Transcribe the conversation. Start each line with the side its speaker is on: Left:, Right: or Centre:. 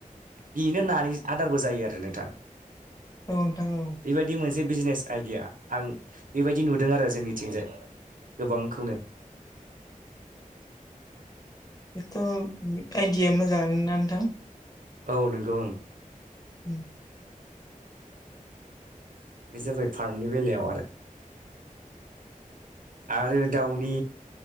Right: बेनो नानि आदारबो जायो आरो नोंथां।
Left: औ नोंथां औ।
Right: बेबायदि मोनसे बिजनेस आइडिया आं बेबायदि नुदों आरो जोंनिथिंजाय। गोबांखौनो
Left: बेथ' आइडया मोजाङानोना नोंथां।
Right: औ नंगौ ओं
Left: उम
Right: बे जाबाय फार्मनि बेलायाव आरो। आरो दाउनि